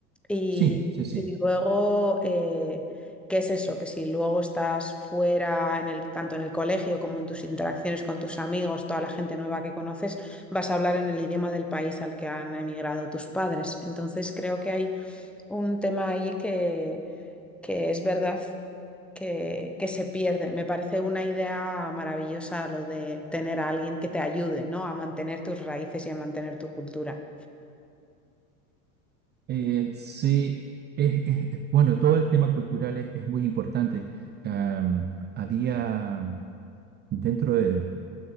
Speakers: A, in the centre; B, on the right (about 25°).
A: Y,
B: Sí, sí, sí.
A: y luego, eh, ¿qué es eso? Que si luego estás fuera, en el, tanto en el colegio como en tus interacciones con tus amigos, toda la gente nueva que conoces, vas a hablar en el idioma del país al que han emigrado tus padres. Entonces, creo que hay un tema ahí que, que es verdad que, que se pierde. Me parece una idea maravillosa lo de tener a alguien que te ayude, ¿no? A mantener tus raíces y a mantener tu cultura.
B: Eh, sí, es, es- es- bueno, todo el tema cultural es, es muy importante. Am, había dentro de,